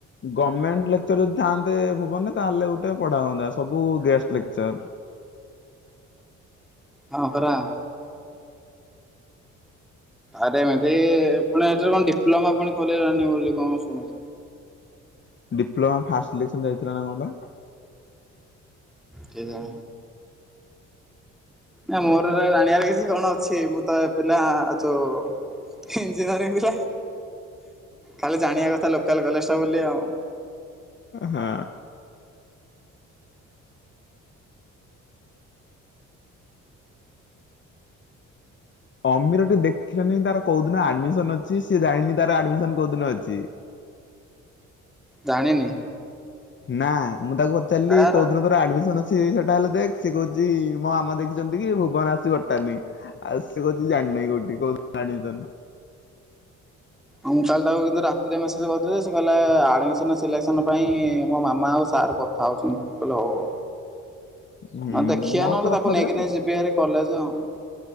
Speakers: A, on the left; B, in the centre.
A: ଗମେଣ୍ଟ ଲେକ୍ଚର ଯଦି ଥାଆନ୍ତେ ଭୁବନରେ ତାହେଲେ ଗୋଟେ ପଢା ହୁଅନ୍ତା ସବୁ ଗେଷ୍ଟ ଲେକ୍ଚର।
B: ହଁ ପରା। ଆରେ ମେବି ଫୁଣି ଏଥିରେ କଣ ଡିପ୍ଲୋମା ପୁଣି ଖୋିଲିଲାଣି ବୋଲି କଣ ଶୁଣୁଛି?
A: ଡିପ୍ଲୋମା ଫାଷ୍ଟ ସିଲେକସନ ଯାଇଥିଲା ନା କଣ ପା?
B: କେଜା ନା ମୋର ଜାଣିବାର କିଛି କଣ ଅଛି ମୁଁ ତ ଏ ପିଲା ଯୋଉ ଇଞଜୁହାର ପିଲା ଖାଲି ଜାଣିବା କଥା ଲୋକାଲ କଲେଜଟା ବୋଲି ଆଉ
A: ହଁ। ଅମୀରଟି ଦେଖିଲାନି ତାର କୋଉ ଦିନ ଆଡମିସନ ଅଛି ସିଏ ଜାଣିନି ତାର ଆଡମିସନ କୋଉ ଦିନ ଅଛି?
B: ଜାଣିନି?
A: ନା ମୁଁ ତାକୁ ପଚାରିଲି
B: ଆର
A: କୋଉ ଦିନ ତୋର ଆଡମିସନ ଅ ସେ ସେଟା ହେଲେ ଦେଖ ସେ କହୁଛି ମୋ ଆାମା ଦେଖିଛନ୍ତି କି ଭୁବନ ଆସି ବଟାନୀ। ଆଉ ସେ କହୁଛି ଜାଣିନାହିଁ କୋଉଠି କୋଉଦିନ ଆଡ଼ମିଶନ?
B: ହଁ ମୁଁ କାଲି ତାକୁ କିନ୍ତୁ ରାତିରେ ମେସେଜ କରିଥିଲି। ସେ କିହିଲା ଆଡମିସନ ସିଲେକ୍ସନ ପାଇଁ ମୋ ମାମା ଆଉ ସାର କ କଥା ହଉଛନ୍ତି ମୁଁ କହିଲି ହଉ ହଉ।
A: ହୁଁ
B: ଆଉ ଦେଖିବା
A: ମୋ
B: ନହେଲେ
A: ସହ କଥା
B: ତାକୁ
A: ହଉଥିଲା
B: ନେଇକିନି
A: ଟି।
B: ଯିବି ହେରି କଲେଜ ଆଉ।